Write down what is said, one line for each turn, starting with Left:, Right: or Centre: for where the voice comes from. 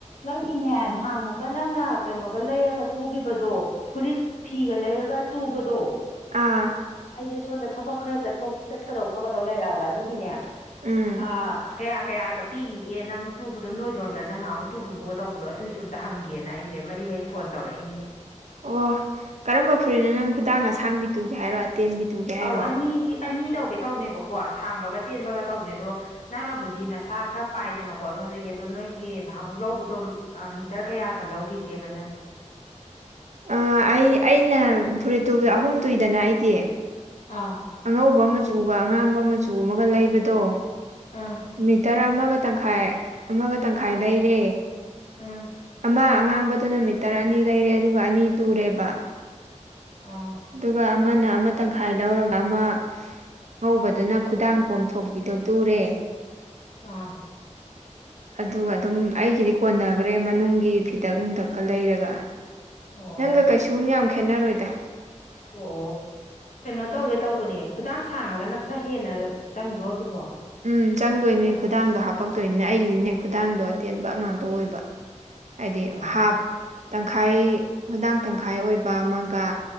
Left: ꯅꯪꯒꯤꯅꯦ ꯅꯍꯥꯟꯃꯨꯛꯀ ꯅꯪꯅ ꯀꯩꯅꯣꯒ ꯂꯩꯔꯒ ꯇꯨꯒꯤꯕꯗꯣ ꯐꯨꯔꯤꯠ ꯐꯤꯒ ꯂꯩꯔꯒ ꯇꯨꯕꯗꯣ
Right: ꯑꯥ
Left: ꯑꯩꯖꯦ ꯁꯣꯟꯗ ꯊꯕꯛ ꯈꯔ ꯆꯠꯊꯣꯛ ꯆꯠꯀꯗꯧ ꯈꯣꯠꯀꯗꯧ ꯂꯩꯔꯛꯑꯕ ꯑꯗꯨꯒꯤꯅꯦ
Right: ꯎꯝ
Left: ꯑ ꯀꯌꯥ ꯀꯌꯥꯒ ꯄꯤꯒꯤꯒꯦ ꯅꯪ ꯇꯨꯕꯗꯣ ꯅꯣꯏꯗꯣꯝꯗ ꯅꯪ ꯅꯍꯥꯟꯃꯨꯛ ꯇꯨꯈꯤꯒꯨꯝꯕ ꯇꯧꯕꯗꯣ ꯑꯗꯨꯏꯁꯨ ꯑꯝꯇ ꯍꯪꯒꯦꯅ ꯑꯩꯁꯦ ꯃꯔꯤ ꯃꯔꯤ ꯐꯣꯟ ꯇꯧꯔꯛꯏꯅꯤꯅꯦ
Right: ꯑꯣ ꯀꯔꯝꯕ ꯐꯨꯔꯤꯠꯅꯣ ꯅꯪ ꯈꯨꯗꯥꯡ ꯑꯁꯥꯡꯕꯤ ꯇꯨꯒꯦ ꯍꯥꯏꯔꯣ ꯑꯇꯦꯟꯕꯤ ꯇꯨꯒꯦ ꯍꯥꯏꯔꯣ
Left: ꯑꯧ ꯑꯅꯤꯒꯤ ꯑꯅꯤ ꯇꯧꯒꯦ ꯇꯧꯅꯦꯕꯀꯣ ꯁꯥꯡꯕꯒ ꯇꯦꯟꯕꯒ ꯇꯧꯒꯦ ꯑꯗꯣ ꯅꯪꯅꯕꯨꯗꯤ ꯅꯁꯥ ꯈꯔ ꯄꯥꯏꯗꯅꯀꯣ ꯑꯩꯉꯣꯟꯗꯒꯤ ꯑꯗꯣ ꯅꯣꯏꯒꯤ ꯅꯍꯥꯟꯃꯨꯛ ꯂꯧꯕꯗꯣ ꯃꯤꯇꯔ ꯀꯌꯥꯒ ꯂꯧꯒꯤꯒꯦꯕ ꯅꯪꯒꯤ
Right: ꯑ ꯑꯩ ꯑꯩꯅ ꯐꯨꯔꯤꯠ ꯇꯨꯕ ꯑꯍꯨꯝ ꯇꯨꯏꯗꯅ ꯑꯩꯗꯤ
Left: ꯑꯥ
Right: ꯑꯉꯧꯕ ꯃꯆꯨꯒ ꯑꯉꯥꯡꯕ ꯃꯆꯨ ꯑꯃꯒ ꯂꯩꯕꯗꯣ
Left: ꯑꯥ
Right: ꯃꯤꯇꯔ ꯑꯃꯒ ꯇꯪꯈꯥꯏ ꯑꯃꯒ ꯇꯪꯈꯥꯏ ꯂꯩꯔꯦ
Left: ꯎꯝ
Right: ꯑꯃ ꯑꯉꯥꯡꯕꯗꯨꯅ ꯃꯤꯇꯔ ꯑꯅꯤ ꯂꯩꯔꯦ ꯑꯗꯨꯒ ꯑꯅꯤ ꯇꯨꯔꯦꯕ
Left: ꯑꯣ
Right: ꯑꯗꯨꯒ ꯑꯃꯅ ꯑꯃ ꯇꯪꯈꯥꯏ ꯂꯧꯔꯒ ꯑꯃ ꯉꯧꯕꯗꯨꯅ ꯈꯨꯗꯥꯡ ꯄꯣꯝꯊꯣꯛꯄꯤꯗꯣ ꯇꯨꯔꯦ
Left: ꯑꯥ
Right: ꯑꯗꯨꯒ ꯑꯗꯨꯝ ꯑꯩꯒꯤꯗꯤ ꯀꯣꯟꯅꯒꯔ꯭ꯦ ꯃꯅꯨꯡꯒꯤ ꯐꯤꯗꯛ ꯅꯨꯡꯗꯛꯀ ꯂꯩꯔꯒ
Left: ꯑꯣ
Right: ꯅꯪꯒ ꯀꯩꯁꯨꯝ ꯌꯥꯝ ꯈꯦꯠꯅꯔꯣꯏꯗ
Left: ꯑꯣ ꯀꯩꯅꯣ ꯇꯧꯒꯦ ꯇꯧꯕꯅꯦ ꯈꯨꯗꯥꯡ ꯁꯥꯡꯉꯒꯅ ꯈꯔ ꯍꯦꯟꯅ ꯆꯪꯕ꯭ꯔꯣ ꯑꯗꯨꯕꯣ
Right: ꯎꯝ ꯆꯪꯗꯣꯏꯅꯦ ꯈꯨꯗꯥꯡꯗꯣ ꯍꯥꯄꯛꯇꯣꯏꯅꯤꯅꯦ ꯑꯩꯒꯤꯗꯤꯅꯦ ꯈꯨꯗꯥꯡꯗꯣ ꯑꯇꯦꯟꯕ ꯉꯥꯛꯇ ꯑꯣꯏꯕ ꯍꯥꯏꯗꯤ
Left: ꯑꯣ
Right: ꯍꯥꯞ ꯇꯪꯈꯥꯏ ꯍꯨꯗꯥꯡ ꯇꯪꯈꯥꯏ ꯑꯣꯏꯕ ꯑꯃꯒ